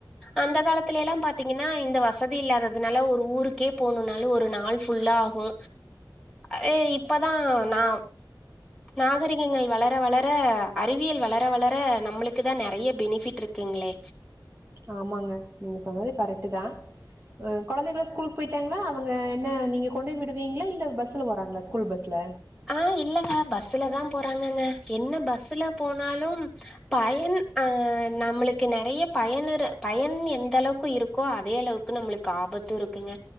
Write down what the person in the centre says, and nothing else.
அந்த காலத்துலலா பாத்தீங்கன்னா இந்த வசதி இல்லாததுனால ஒரு ஊருக்கே போணும்னாலு ஒரு நாள் ஃபுல்லா ஆகு ஆ இப்பதா நா நாகரிகங்கள் வளர வளர அறிவியல் வளர வளர நம்மளுக்கு க்தா நெறைய பெனிஃபிட் இருக்குங்களே
ஆ இல்லங்க பஸ்ல தா போறாங்கங்க என்ன பஸ்ல போனாலு பயன் அ நம்மளுக்கு நெறையா பயனு பயன் எந்த அளவுக்கு இருக்கோ அதே அளவுக்கு நம்மளுக்கு ஆபத்து இருக்குங்க